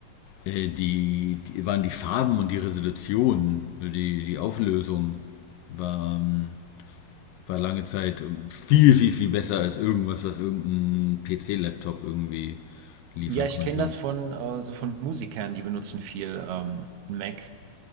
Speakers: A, on the left; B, on the right.
A: äh, die, die waren die Farben und die Resolution, die, die Auflösung war, ähm, war lange Zeit viel, viel, viel besser als irgendwas, was irgendein PC-Laptop irgendwie liefern
B: ja, ich
A: konnte.
B: kenne das von äh, so von Musikern, die benutzen viel ähm, einen Mac,